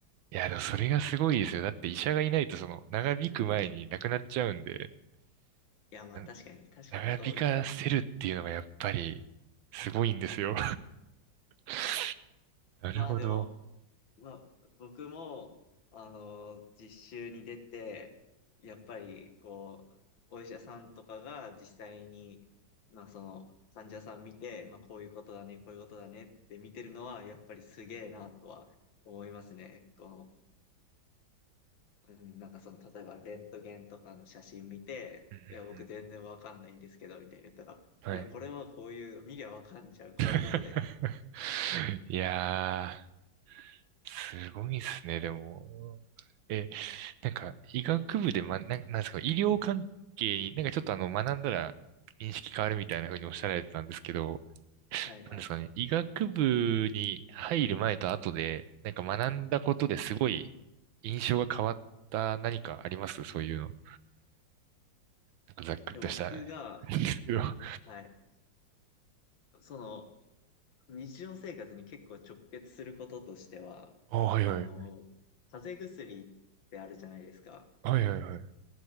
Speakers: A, on the right; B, on the left.
A: いや、でもそれがすごいですよ。だって医者がいないとその長引く前に亡くなっちゃうんで、
B: いや、まあ確かに、
A: な
B: 確かにそうですよね。
A: 長引かせるっていうのがやっぱりすごいんですよ。<laughs> なるほど。
B: まあでも、まあ、僕も、あの、実習に出て、やっぱり、こう、お医者さんとかが実際に、まあ、その、患者さん見て、まあ、こういうことだね、こういうことだねって見てるのは、やっぱりすげえなとは思いますね。この、うん、なんかその、例えば、レントゲンとかの写真見て、
A: うんうんう
B: いや、僕全然わかんないんですけど、みたいに言ったら、
A: んはい。
B: いや、これはこういう、見りゃわかんじゃん、こういうことだよ。
A: <laughs> いやー、すごいですね、でも。え、なんか、医学部で、ま、なん、なんですか、医療関係に、なんかちょっとあの、学んだら認識変わるみたいな風におっしゃられてたんですけど、
B: はいはい。
A: なんですかね、医学部に入る前と後で、なんか学んだことですごい
B: うん。
A: 印象が変わった何かありますそういうの。なんかざっくりとしたな
B: で僕が、
A: んですけど。<laughs>
B: はい。その、日常生活に結構直結することとしては、
A: あ、はいはい。
B: あの、風邪薬ってあるじゃないですか。
A: はいはいはい。